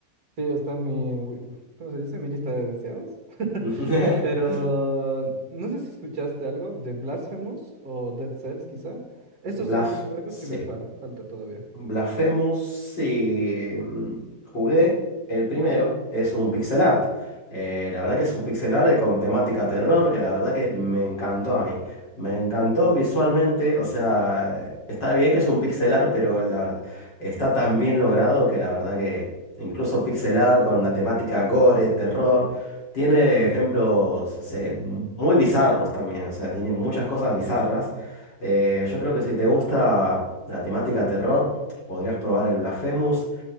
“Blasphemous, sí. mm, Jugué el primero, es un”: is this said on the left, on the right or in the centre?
Left